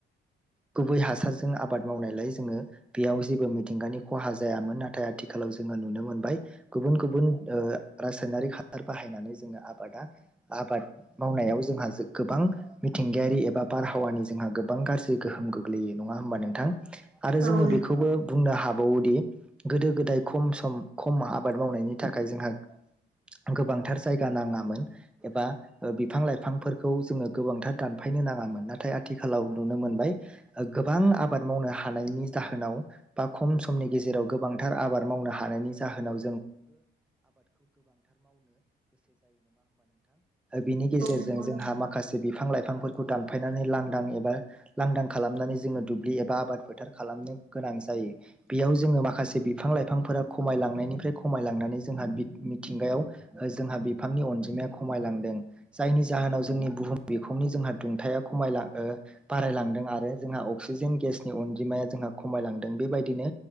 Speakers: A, in the centre; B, on the right (about 85°).
A: गुबै हासारजों आबाद मावनायलाय जोङो बेयाव जेबो मिथिंगानि खहा जायामोन नाथाय नाथाय आथिखालाव जोङो नुनो मोनबाय गुबुन गुबुन ओ रासायनारिक हासार बाहायनानै जोङो आबादा आबाद मावनायाव जोंहा गोबां मिथिंगायारि एबा बारहावानि जोंहा गोबां गाज्रि गोहोम गोग्लैयो नङा होमबा नोंथां। आरो
B: औ
A: जोङो बेखौबो बुंनो हाबावोदि गोदो गोदाय खम सम खम आबाद मावनायनि थाखाय जोंहा गोबांथार जायगा नाङामोन एबा बिफां लाइफांफोरखौ जोङो गोबांथार दानफायनो नाङामोन नाथाय आथिखालाव नुनो मोनबाय गोबां आबाद मावनो हानायनि जाहोनाव बा खम समनि गेजेराव गोबांथार आबाद मावनो हानायनि जाहोनाव बिनि गेजेरजों
B: नंगौ
A: जोंहा
B: नोंथां
A: माखासे बिफां लाइफांफोर खौ दानफायनानै लांदां एबा लांदां खालामनानै जोङो दुब्लि एबा आबाद फोथार खालामनो गोनां जायो बेयाव जोङो माखासे माखासे बिफां लाइफांफोरा खमायलांनायनिफ्राय खमायलांनानै जोंहा मिथिंगायाव जोंहा बिफांनि अनजिमाया खमायलांदों। जायनि जाहोनाव जोंनि बुहुम बेखौनि जोंहा दुंथाया खमायां बारायलांदों आरो जोंहा अक्सिजेन गेसनि अनजिमाया जोंहा खमायलांदों बेबायदिनो